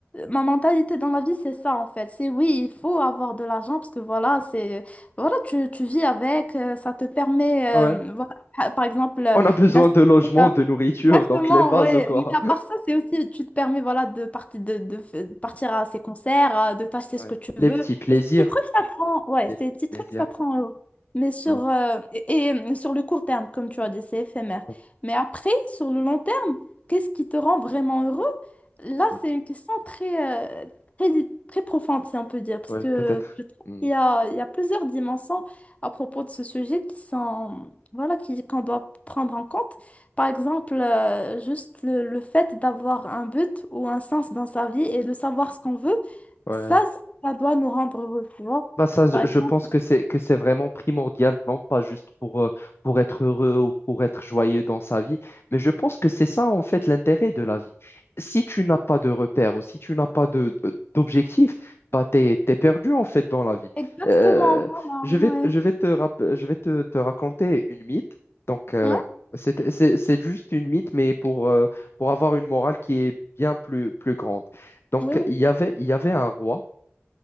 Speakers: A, on the left (about 30°); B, on the left (about 60°).
A: ma mentalité dans la vie, c'est ça en fait. C'est oui, il faut avoir de l'argent parce que voilà, c'est voilà, tu, tu vis avec, euh, ça te permet,
B: Ouais.
A: euh, voilà, pa- par exemple, euh,
B: On a besoin
A: d'assister
B: de logement,
A: à-
B: de nourriture,
A: Exactement,
B: donc les bases,
A: ouais.
B: quoi.
A: Mais à part ça, c'est aussi, tu te permets voilà, de, partir de, de f- de partir à ces concerts, à- de t'acheter
B: Ouais.
A: ce que tu veux.
B: Les petits plaisirs.
A: Et ces petits trucs, ça prend, ouais,
B: Les
A: ces petits
B: plaisirs.
A: trucs, ça prend. euh, Mais sur,
B: Ouais,
A: euh, et, et, euh, sur le court terme, comme tu as dit, c'est éphémère.
B: ouais,
A: Mais après, sur le long terme, Qu'est-ce qui te rend vraiment heureux? Là,
B: ouais.
A: c'est une question très, euh, très, très profonde, si on peut dire, parce
B: Ouais,
A: que
B: peut-être.
A: je trouve
B: Hmm.
A: qu'il y a, il y a plusieurs dimensions à propos de ce sujet qui sont, voilà, qui, qu'on doit prendre en compte. Par exemple, euh, juste le, le fait d'avoir un but ou un sens dans sa vie et de savoir ce qu'on veut,
B: Ouais.
A: ça, ça doit nous rendre heureux, tu vois.
B: Bah ça, je
A: Par exemple,
B: je pense que c'est que c'est vraiment primordial, non pas juste pour, euh, pour être heureux ou pour être joyeux dans sa vie, mais je pense que c'est ça en fait l'intérêt de la vie. Si tu n'as pas de repères ou si tu n'as pas de de- d'objectif, bah t'es, t'es perdu en fait dans la vie.
A: exactement,
B: Euh,
A: voilà,
B: je vais, je
A: ouais.
B: vais te rapp- je vais te, te raconter une mythe. Donc euh,
A: Ouais,
B: c'est c'est- c'est juste une mythe, mais pour, euh, pour avoir une morale qui est bien plus, plus grande. Donc
A: oui, oui.
B: il y avait, il y avait un roi.